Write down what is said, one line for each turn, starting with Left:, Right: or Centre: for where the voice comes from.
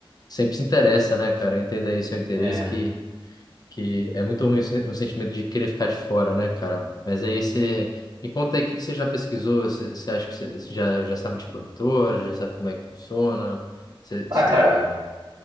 Left: Sempre se interessa, né, cara? Entenda aí seu interesse
Right: É.
Left: que que é muito ruim o o sentimento de querer ficar de fora, né, cara? Mas aí você me conta aí o que que você já pesquisou, você, você acha que você, você já, já sabe de corretora, já sabe como é que funciona, você,
Right: Ah,
Left: você
Right: cara.